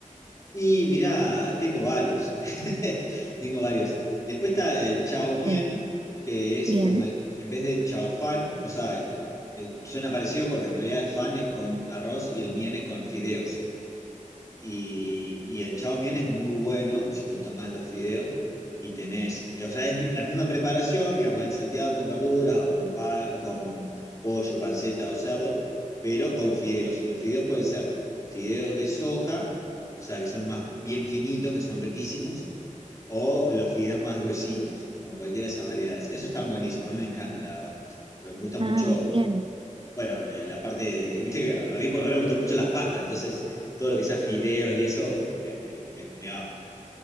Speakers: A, on the left; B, on the right.
A: Y mirá, tengo varios, <laughs> tengo varios. Después está el chao mien,
B: Sí.
A: que es
B: Bien.
A: como el, en vez de chao fan, o sea, eh, eh, suena parecido porque en realidad el fan es con arroz y el mien es con fideos. Y, y el chao mien es muy bueno, si te gustan más los fideos, y tenés, eh, o sea, es mi- la misma preparación, digamos, el salteado con verduras o con, pa- con pollo, panceta o cerdo, pero con fideos. Y los fideos pueden ser fideos de soja, o sea, que son más bien finitos, que son riquísimos, o los fideos más gruesitos, con cualquiera de esas variedades. esos están buenísimos, a mí me encantan, la verdad, porque me gustan
B: Ah,
A: mucho
B: bien.
A: bueno, eh, la parte, viste que a mí por lo menos me gustan mucho las pastas, entonces todo lo que sea fideos y eso eh, eh, me, me va.